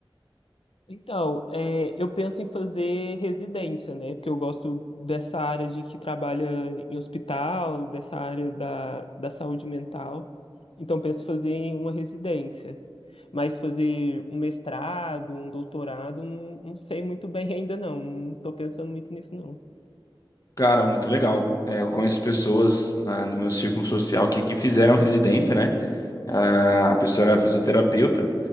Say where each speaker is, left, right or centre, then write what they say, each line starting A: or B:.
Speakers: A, on the left; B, on the left.
A: Então, é, eu penso em fazer residência, né? Porque eu gosto dessa área de que trabalha em hospital, dessa área da, da saúde mental. Então, penso em fazer em uma residência. Mas fazer um mestrado, um doutorado, não, não sei muito bem ainda, não. Não estou pensando muito nisso, não.
B: Cara, muito legal. É, eu conheço pessoas, ah, no meu círculo social aqui que fizeram residência, né? Ah, a pessoa era fisioterapeuta